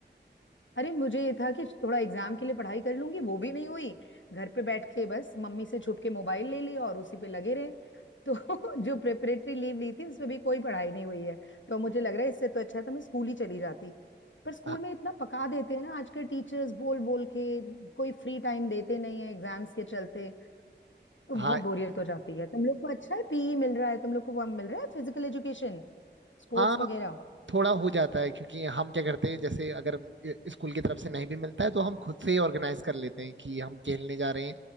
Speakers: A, on the left; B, on the right.
A: अरे मुझे ये था कि थोड़ा एग्जाम के लिए पढ़ाई कर लूंगी वो भी नहीं हुई घर पे बैठ के बस मम्मी से छुप के मोबाइल ले लिया और उसी पे लगे रहे तो <laughs> जो प्रिपरेटरी लीव ली थी उसमें भी कोई पढ़ाई नहीं हुई है तो मुझे लग रहा है इससे तो अच्छा था मैं स्कूल ही चली जाती पर स्कूल
B: हाँ
A: में इतना पका देते हैं ना आज के टीचर्स बोल बोल के कोई फ्री टाइम देते नहीं है एग्जाम्स के चलते तो बहुत
B: हाँ
A: बोरियत हो जाती है तुम लोग को अच्छा है पीई मिल रहा है तुम लोग को वो मिल रहा है फिजिकल एजुकेशन स्पोर्ट्स
B: हाँ,
A: वगैरह
B: थोड़ा हो जाता है क्योंकि हम क्या करते हैं जैसे अगर स्कूल की तरफ से नहीं भी मिलता है तो हम खुद से ही ऑर्गेनाइज कर लेते हैं कि हम खेलने जा रहे हैं